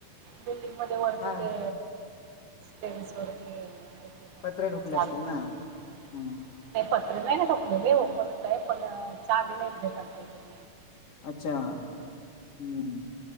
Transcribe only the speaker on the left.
हा
पत्रे ठोकले
असतील
ना हम्म
अच्छा, हम्म